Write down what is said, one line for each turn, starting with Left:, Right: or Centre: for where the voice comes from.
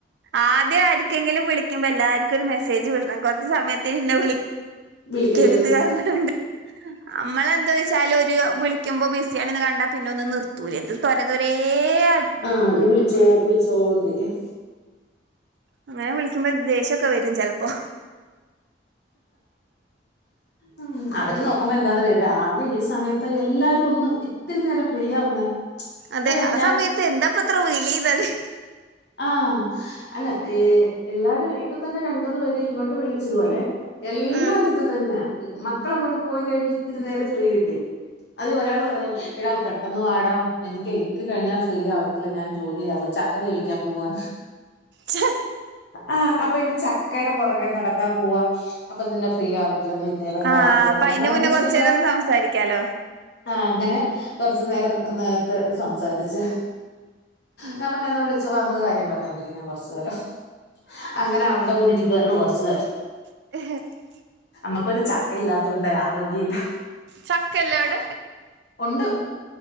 Right: ആദ്യ ആരി ക്കെങ്കിലും വിളിക്കുമ്പോ എല്ലാര്ക്കൊര് മെസേജ് വിടണം കൊർച്ച് സമയത്തിന് ഇന്നെ വിളി
Left: വിളിക്കല്ലേന്ന്
Right: ക്കര്ത് പർഞ്ഞ്ങ്ങാണ്ട്അമ്മളെ ന്തേയ്ച്ചാല് ഓര് വിളിക്ക്മ്പോ ബിസ്യാണ്ന്ന് കണ്ടാ പിന്നൊന്ന് നിർത്തൂലെ ത് തൊര തൊരേയ
Left: ആഹ് അത് വിളിച്ചോ വിളിച്ചോണ്ടിരിക്കും
Right: അങ്ങനെ വിളിക്കുമ്പോ ദേഷ്യൊക്കെ വരും ചെലപ്പോ
Left: ഉം അവര് നോക്കുമ്പോ എന്താന്നറിയോ രാവിലെ ഈ സമയത്ത് എല്ലാരു ഒന്ന് ഇത്തിരി നേരം ഫ്രീ ആവുന്നേ
Right: അതെ
Left: ഏഹ്
Right: ആ സമയത്ത് എന്താ പ്പത്ര വിളീന്നാണ്
Left: ആഹ് അല്ല ഏഹ് എല്ലാരും ഈ ഇപ്പ തന്നെ രണ്ടൂന്ന് പേര് ഇങ്ങോട്ട് വിളിച്ചിതു പോലെ എല്ലാരും
Right: ഉം.
Left: ഇത് തന്നാ മക്കളങ്ങോട്ട് പോയി കഴിഞ്ഞ് ഇത്തിരി നേരം ഫ്രീ കിട്ടി അതിൽ ഒരാള് പറയാ എടാ പെട്ടെന്ന് വാടാ എനിക്കേ ഇത്തിരി കഴിഞ്ഞാ ഫ്രീ ആവത്തില്ല ഞാൻ ജോലീലാവും ചക്ക വേവിക്കാൻ പോവാന്ന്
Right: ഛെ.
Left: ആഹ് അപ്പ ഇനി ചക്കേടെ പൊറകെ നടക്കാം പോവാം അപ്പ പിന്നെ ഫ്രീ ആവത്തില്ല നീ ഇത്തിരി നേരം
Right: ആ
Left: കാര്യം പറയെന്ന്
Right: അതിന്റെ
Left: പറഞ്ഞ് അപ്പൊ
Right: മുന്നേ
Left: ഞാൻപറഞ്ഞ്
Right: കുറച്ചു
Left: ശെരി
Right: നേരം
Left: വാ
Right: ഒന്ന് സംസാരിക്കാലോ
Left: ആഹ് അങ്ങനെ കൊറച്ച് നേരം നേരത്തെ സംസാരിച്ച്
Right: ഉം.
Left: ഞാൻ പറഞ്ഞു എന്നാ വിളിച്ചോളാം നമ്മക്ക് കാര്യം പറഞ്ഞോണ്ടിരിക്കാം കൊറച്ച് നേരം അങ്ങനെ അവരുടെ കൂടി ഇരിക്കു വാര്ന്നു കൊറച്ച് നേരം
Right: <unintelligible>
Left: നമ്മക്ക് പിന്നെ ചക്ക ഇല്ലാത്തോണ്ടേ ആഹ് ജോലിയില്ല
Right: ചക്കല്ലേ അവിടെ
Left: ഒണ്ട്